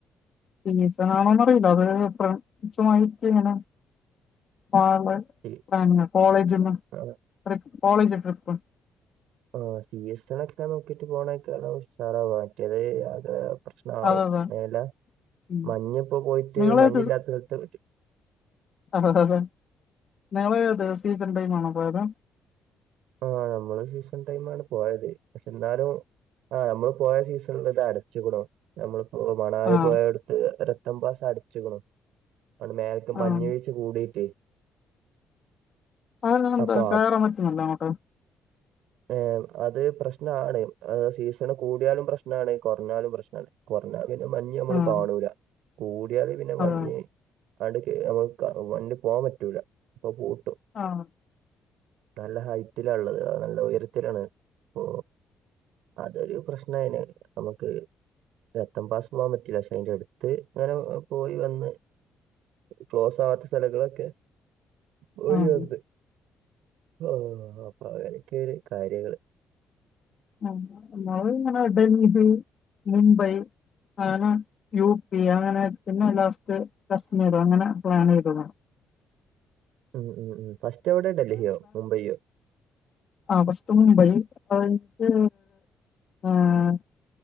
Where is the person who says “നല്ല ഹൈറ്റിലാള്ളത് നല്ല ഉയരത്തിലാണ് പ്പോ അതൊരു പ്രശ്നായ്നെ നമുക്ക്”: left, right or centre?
Right